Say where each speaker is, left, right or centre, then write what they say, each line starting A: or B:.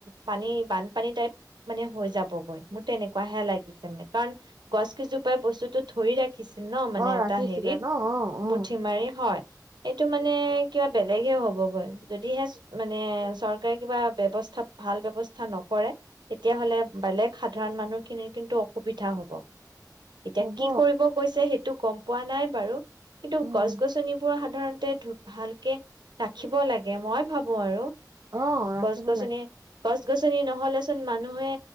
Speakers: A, on the right; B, on the right.
A: পানী বানপানী টাইপ মানে হৈ যাবগৈ মোৰ তেনেকুৱ হে লাগিছে। মানে কাৰণ গছকিজোপাই বস্তুতো ধৰি ৰা ৰাখিছিল ন মানে
B: অ
A: এটা
B: ৰাখিছিলে
A: হেৰিত
B: ন অ অ
A: মুঠি মাৰি হয়। এইটো মানে কিবা বেলেগে হ'বগৈ যদিহে চ মানে চৰকাৰ চৰকাৰে কিবা বৱস্থা ভাল ব্যৱস্থা নকৰে, তেতিয়াহলে বেলেগ সাধাৰণ মানুহ খিনিৰ কিন্তু অসুবিধা হ'ব। এতিয়া
B: হ'ব
A: কি কৰিব গৈছে, সেই টো গম পোৱা নাই বাৰু। কিন্তু
B: উম
A: গছ-গছনিবোৰ সাধাৰণতে ধপ ভালকে ৰাখিব লাগে মই ভাবো আৰু।
B: অ ৰাখিব
A: গছ-গছনি,
B: লাগে
A: গছ-গছ গছ- গছনি নহলেচোন মানুহে